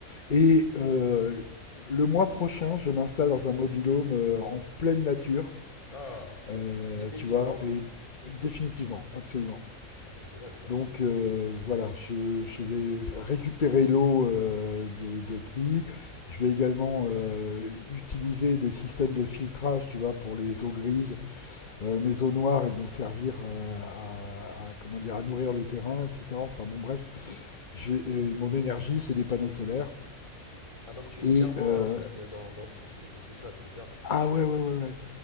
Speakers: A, on the left; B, on the left.
A: Et euh, le mois prochain, je m'installe dans un mobilhome euh, en pleine nature,
B: Ah,
A: euh,
B: définitivement?
A: tu vois, et définitivement, absolument.
B: Ah, c'est génial ça.
A: Donc euh, voilà, je, je vais récupérer l'eau euh, de, de pluie. Je vais également euh, utiliser des systèmes de filtrage, tu vois, pour les eaux grises euh, mes eaux noires, elles vont servir euh, à, à, comment dire, à nourrir le terrain, etc. Enfin bon, bref, je, euh, mon énergie, c'est des panneaux solaires.
B: Ah, donc tu es
A: Et
B: clairement
A: euh,
B: investi hein, dans, dans tout ce- dans tout ça, c'est bien.
A: ah ouais, ouais, ouais, ouais.